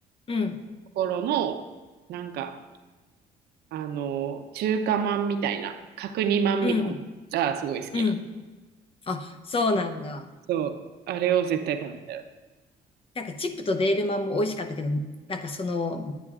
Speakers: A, on the left (about 35°); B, on the right (about 75°).
A: うん。
B: ところの、なんか、あの、中華まんみたいな、角煮まんみたいなのがすごい好きな。
A: うん。うん。あ、そうなんだ。
B: そう、あれを絶対食べたよ。
A: なんかチップとデールマンも美味しかったけど、なんかその、